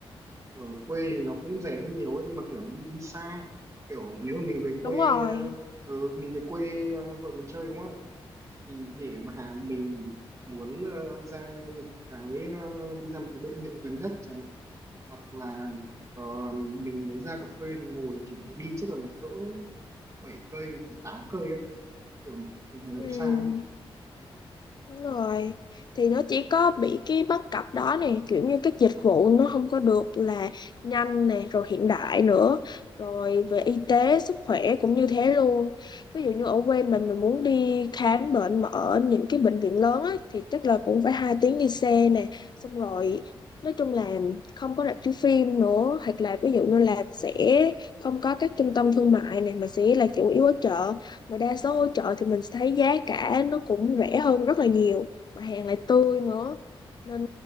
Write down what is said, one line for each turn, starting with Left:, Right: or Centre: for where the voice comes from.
Right: ở quê thì nó cũng rẻ hơn nhiều ấy nhưng mà kiểu nó bị đi xa kiểu nếu mà mình về
Left: đúng
Right: quê
Left: rồi.
Right: ờ, ờ, mình về quê ờ, vợ mình chơi đúng không thì để mà mình muốn ờ, ra một cái ờ, đi ra một cái bệnh viện gần nhất chẳng hạn hoặc là ờ, mình muốn ra cà phê mình ngồi thì phải đi chắc là cỡ 7 cây 8 cây ấy. kiểu mình thấy nó
Left: Ừ,
Right: cũng xa ấy
Left: đúng rồi. Thì nó chỉ có bị cái bất cập đó nè, kiểu như các dịch vụ nó không có được là nhanh nè, rồi hiện đại nữa, rồi về y tế, sức khỏe cũng như thế luôn. Ví dụ như ở quê mình mình muốn đi khám bệnh mà ở những cái bệnh viện lớn á, thì chắc là cũng phải hai tiếng đi xe nè, xong rồi nói chung là không có rạp chiếu phim nữa hoặc là ví dụ như là sẽ không có các trung tâm thương mại này mà sẽ là chủ yếu ở chợ Mà đa số ở chợ thì mình sẽ thấy giá cả nó cũng rẻ hơn rất là nhiều mà hàng lại tươi nữa nên